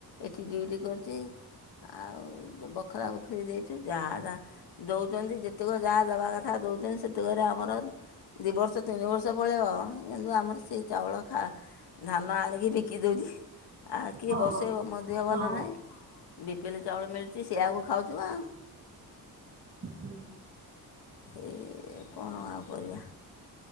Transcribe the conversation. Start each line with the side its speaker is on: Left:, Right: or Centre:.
Left: ଏଠି ଡ୍ୟୁଟି କରୁଛି ଆଉ ବଖରା ବଖରି ଦେଇଛି ଯା ଯା ଦଉଛନ୍ତି ଯେତେକ ଯାହା ଦେବା କଥା ଦଉଛନ୍ତି ସେତେକରେ ଆମର ଦୁଇ ବର୍ଷ ତିନି ବର୍ଷ ପଳେଇବ କିନ୍ତୁ ଆମର ସେ ଚାଉଳ ଖା ଧାନ ଆଣିକି ବିକି ଦେଉଛି ଆଉ କିଏ
Right: ହଁ।
Left: ବସେଇବ ମୋ ଦେହ ଭଲ
Right: ହୁଁ
Left: ନାହିଁ। ବିପିିଏଲ ଚାଉଳ ମିଳୁଛି ସେଇଆକୁ ଖାଉଛୁ ବା
Right: ହୁଁ।
Left: ଏ କଣ ଆଉ କରିବା।